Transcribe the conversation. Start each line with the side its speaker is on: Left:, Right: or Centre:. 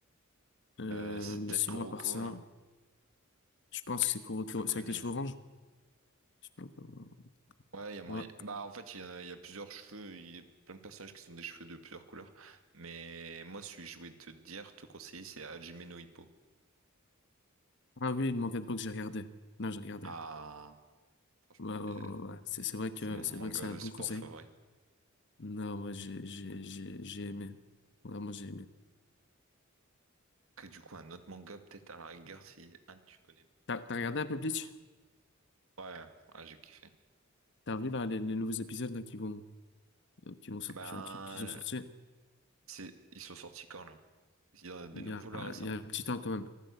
Left: Euh,
Right: Euh, c'est
Left: mais
Right: peut-être
Left: sinon,
Right: Kuroko,
Left: à part ça,
Right: non?
Left: je pense que c'est Kuroko,
Right: Plus connu.
Left: c'est avec les cheveux orange. Je sais pas comment-
Right: Ouais, il y a moyen.
Left: Ouais.
Right: Bah, en fait, il y en a, il y a plusieurs cheveux. Il y a plein de personnages qui sont des cheveux de plusieurs couleurs. Mais moi, celui que je voulais te dire, te conseiller, c'est Hajime no Ippo.
Left: Ah oui, le manga de boxe, j'ai regardé. Non, j'ai regardé.
Right: Ah, franchement,
Left: Ouais, ouais,
Right: c'est
Left: ouais, ouais. ouais. C'est, c'est vrai que,
Right: c'est mon
Left: c'est
Right: manga
Left: vrai que c'est un
Right: de
Left: bon
Right: sport
Left: conseil.
Right: favori.
Left: Non, ouais, j'ai, j'ai, j'ai, j'ai aimé. Vraiment, j'ai aimé.
Right: Que du coup, un autre manga, peut-être à la rigueur, si un tu connais.
Left: T'as, t'as regardé un peu Bleach?
Right: pas. Ouais, ouais, j'ai kiffé.
Left: T'as vu, là, les, les nouveaux épisodes, là, qui vont, euh, qui vont sortir,
Right: Ben,
Left: enfin, qui, qui sont sortis?
Right: C'est... Ils sont sortis quand là? Il y en a des
Left: Il
Right: nouveaux
Left: y a,
Right: là récemment?
Left: il y a un petit temps, quand même.